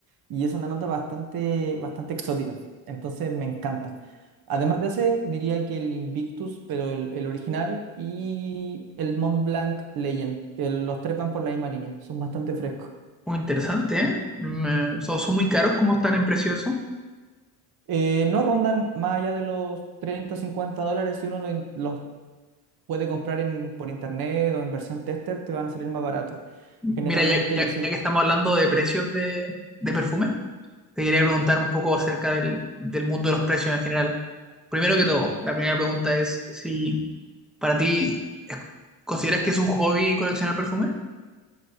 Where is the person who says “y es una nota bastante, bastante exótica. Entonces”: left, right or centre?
Right